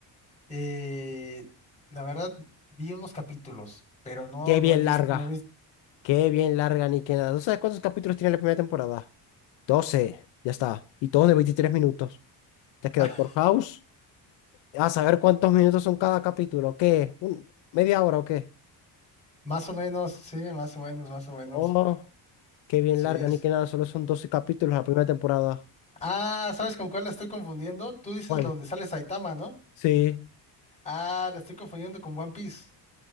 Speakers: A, on the left; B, on the left.
A: eh, la verdad vi unos capítulos, pero no,
B: Qué
A: no
B: bien
A: he visto,
B: larga,
A: no he visto.
B: qué bien larga, ni que nada. ¿Tú sabes cuántos capítulos tiene la primera temporada? 12, ya está. Y todos de 23 minutos. ¿Te has quedado
A: <laughs>
B: por House? A saber cuántos minutos son cada capítulo. ¿Qué? ¿Un- ¿Media hora o qué?
A: Más o menos, sí, más o menos, más o menos.
B: Oh, qué bien
A: Sí
B: larga,
A: es.
B: ni que nada, solo son 12 capítulos la primera temporada.
A: Ah, ¿sabes con cuál la estoy confundiendo? Tú dices
B: ¿Cuál?
A: la donde sale Saitama, ¿no?
B: Sí.
A: Ah, la estoy confundiendo con One Piece.